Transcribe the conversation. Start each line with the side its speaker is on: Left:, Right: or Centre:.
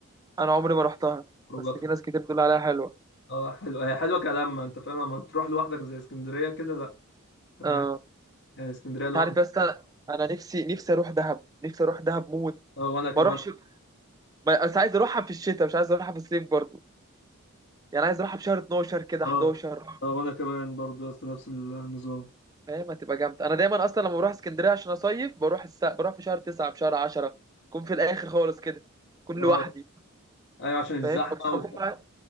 Right: انا عمري ما رحتها
Left: وخروجاتها
Right: بس في ناس كتير بتقول عليها حلوه
Left: اه حلوه هي حلوه كلامها انت فاهم اما تروح لوحدك زي اسكندريه كده لا انت
Right: اه
Left: فاهم يعني اسكندريه لوحدك
Right: انت عارف يا اسطى انا نفسي نفسي اروح دهب نفسي اروح دهب موت
Left: اه وانا كمان
Right: ما اروحش ما- بس عايز اروحها في الشتاء مش عايز اروحها في الصيف برضو يعني عايز اروحها في شهر 12 كده
Left: اه
Right: 11
Left: اه وانا كمان برضه يا اسطى نفس النظام
Right: فاهم هتبقى جامدة أنا دايما أصلا لما بروح اسكندرية عشان أصيف بروح الس... بروح في شهر تسعة في شهر عشرة أكون في الآخر خالص كده أكون
Left: اه
Right: لوحدي
Left: ايوه عشان الزحمه
Right: فاهم بس بكون
Left: و...
Right: معايا